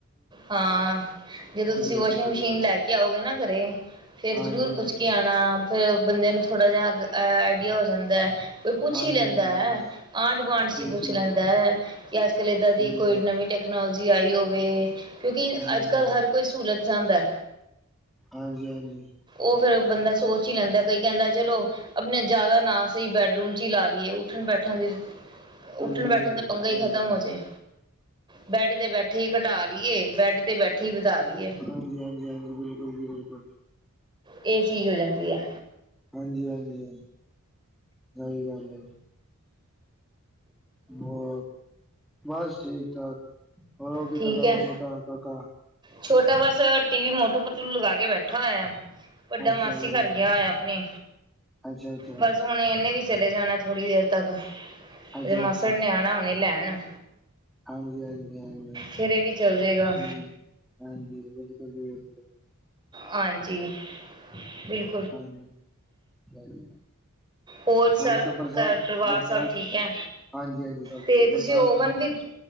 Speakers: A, on the right; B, in the centre.
A: ਹਾਂ ਜਦੋਂ ਤੁਸੀਂ
B: ਬਿਲਕੁਲ
A: ਵਾਸ਼ਿੰਗ
B: ਜੀ
A: ਮਸ਼ੀਨ
B: ਬਿਲਕੁਲ
A: ਲੈ ਕੇ ਕੇ ਆਓਗੇ ਨਾ ਘਰੇ, ਫੇਰ
B: ਹਾਂਜੀ
A: ਜਰੂਰ
B: ਹਾਂਜੀ
A: ਪੁੱਛ ਕੇ ਆਨਾ ਫੇਰ ਬੰਦੇ ਨੂੰ ਥੋੜਾ ਜਿਹਾ ਵਧੀਆ ਹੋ ਜਾਂਦੈ, ਕੋਈ ਪੁੱਛ
B: ਹਾਂਜੀ,
A: ਈ ਲੈਂਦੈ,
B: ਹਾਂਜੀ, ਹਾਂਜੀ
A: ਆਂਢ ਗੁਆਂਢ ਚ
B: ਬਿਲਕੁਲ
A: ਪੁੱਛ ਲੈਂਦਾ ਏ। ਕਿ ਅੱਜ ਕੱਲ੍ਹ ਏਦਾਂ ਦੀ
B: ਸਹੀ
A: ਕੋਈ
B: ਗੱਲ
A: ਨਵੀਂ ਟੈਕਨੋਲਜੀ ਆਈ ਹੋਵੇ ਕਿਉਂਕਿ
B: ਹਾਂਜੀ,
A: ਅੱਜ
B: ਹਾਂਜੀ,
A: ਕੱਲ੍ਹ
B: ਹਾਂਜੀ।
A: ਹਰ ਕੋਈ ਸੂਲਤ ਚਾਂਦੈ।
B: ਹਾਂਜੀ ਹਾਂਜੀ
A: ਉ ਫੇਰ ਬੰਦਾ ਸੋਚ ਈ ਲੈਂਦਾ ਕਈ ਕੈਂਦੈ ਚਲੋ ਆਪਨੇ ਜਾਦਾ ਨਾ ਸਈ ਬੈਡਰੂਮ ਚ ਈ ਲਾ ਲਈਏ ਉੱਠਣ ਬੈਠਣ ਦੀ ਉੱਠਣ
B: ਬਿਲਕੁਲ
A: ਬੈਠਣ
B: ਜੀ ਬਿਲਕੁਲ
A: ਦਾ ਪੰਗਾ ਈ
B: ਸਹੀ
A: ਖਤਮ
B: ਗੱਲ
A: ਹੋਜੇ।
B: ਹੈ।
A: ਬੈਡ ਤੇ ਬੈਠੇ ਘਟਾ ਲਈਏ ਬੈਡ ਤੇ ਬੈ ਵੀ ਵਧਾ ਲਈਏ
B: ਹਾਂਜੀ ਹਾਂਜੀ ਹਾਂਜੀ ਬਿਲਕੁਲ ਜੀ ਬਿਲਕੁਲ।
A: ਏ ਚੀਜ਼ ਹੋ ਜਾਂਦੀ ਏ।
B: ਹਾਂਜੀ ਹਾਂਜੀ ਸਈ ਗੱਲ ਏ। ਹੋਰ ਬਸ ਠੀਕ-ਠਾਕ। ਹੋਰ ਉ ਕੀ
A: ਠੀਕ
B: ਕਰਦਾ
A: ਹੈ
B: ਵਾ ਛੋਟਾ ਕਾਕਾ।।
A: ਛੋਟਾ ਬਸ ਟੀ ਵੀ ਮੋਟੂ ਪਤਲੂ ਲਗਾ ਕੇ ਬੈਠਾ ਹੋਇਆ। ਵੱਡਾ
B: ਅੱਛਾ
A: ਮਾਸੀ
B: ਜੀ ਮੋਹਨ
A: ਘਾਰ ਗਿਆ ਹੋਇਆ ਆਪਨੀ
B: ਅੱਛਾ, ਅੱਛਾ,
A: ਬਸ ਹਨ ਇਨੇ ਵੀ ਚਲੇ ਜਾਨਾ ਥੋੜ੍ਹੀ ਦੇਰ ਤੱਕ,
B: ਅੱਛਾ,
A: ਏਦੇ ਮਾਸੜ
B: ਅੱਛਾ।
A: ਨੇ ਆਨਾ ਹੁਨੇ ਲੈਨ।
B: ਹਾਂਜੀ ਹਾਂਜੀ ਹਾਂਜੀ
A: ਫੇਰ ਏ ਵੀ ਚੱਲ ਜੇਗਾ।
B: ਠੀਕ ਹਾਂਜੀ ਬਿਲਕੁਲ ਜੀ ਬਿਲਕੁ
A: ਹਾਂਜੀ, ਬਿਲਕੁ
B: ਹਾਂਜੀ <unintelligible>
A: ਹੋਰ ਸਰ
B: ਉਥੇ ਬਰਸਾਤ
A: ਘਰ ਪਰਿਵਾਰ
B: ਬਰਸਾਤ
A: ਸਬ ਠੀਕ ਐ?
B: ਹਾਂਜੀ, ਹਾਂਜੀ ਸਭ
A: ਤੇ
B: ਵਧੀਆ
A: ਤੁਸੀਂ
B: ਬਰਸਾਤ
A: ਓਵਨ ਵੀ,